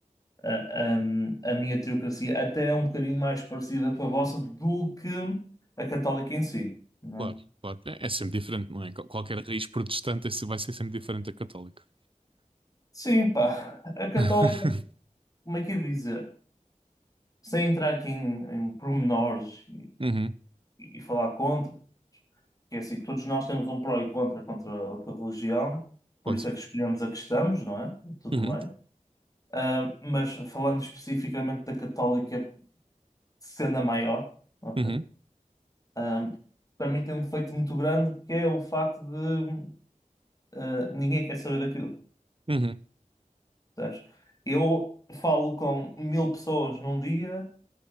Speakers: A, on the left; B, on the right.
A: A, ahm, a minha teocracia até é um bocadinho mais parecida com a vossa do que a católica em si, não
B: Claro,
A: é?
B: claro. É, é sempre diferente, não é? Qual- Qualquer raiz protestante é se vai ser sempre diferente da católica.
A: Sim, pá, <laughs> a católica,
B: <laughs>
A: como é que eu ia dizer? Sem entrar aqui em, em pormenores
B: Uhum.
A: e, e falar contra. Que é assim, todos nós temos um pró e contra contra a outra religião, por
B: Pode.
A: isso é que escolhemos a que estamos, não é? Tudo
B: Uhum.
A: bem. Ah, mas falando especificamente da católica, sendo a maior, ok?
B: Uhum,
A: Ah, para mim tem um defeito muito grande que é o facto de ah, ninguém quer saber daquilo.
B: uhum.
A: Sabes? Eu falo com mil pessoas num dia,